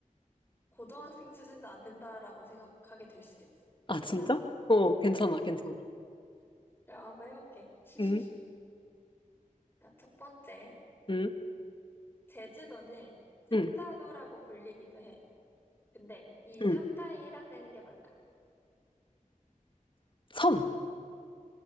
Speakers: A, on the left; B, on the left.
A: 고등학생 수준도 안 된다라고 생각하게 될 수도 있어.
B: 아,
A: 괜찮아?
B: 진짜? 어, 괜찮아, 괜찮아.
A: 그럼 한번 해볼게. <laughs>
B: 응,
A: 자, 첫 번째.
B: 응,
A: 제주도는 삼다도라고
B: 응,
A: 불리기도 해. 근데 이
B: 응.
A: 삼다에 해당되는 게 뭘까?
B: 섬,